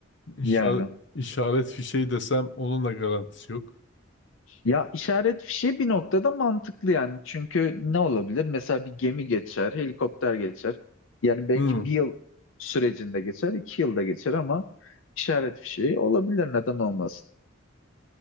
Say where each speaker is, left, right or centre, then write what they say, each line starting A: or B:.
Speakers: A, on the left; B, on the left.
A: İşaret,
B: Yani.
A: işaret fişeği desem onun da garantisi yok.
B: Ya işaret fişi bir noktada mantıklı yani. Çünkü ne olabilir? Mesela bir gemi geçer, helikopter geçer. Yani belki
A: Hmm,
B: bir yıl sürecinde geçer, iki yılda geçer ama işaret fişi olabilir. Neden olmasın?